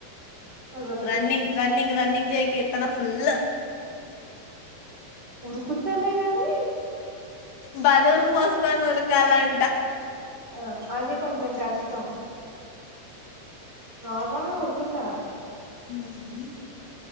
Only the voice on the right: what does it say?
అదొకటి
ఉరుకుతాలే గాని
ఆ అది కొంచెం కష్టం నార్మల్ గా ఉరుకుతా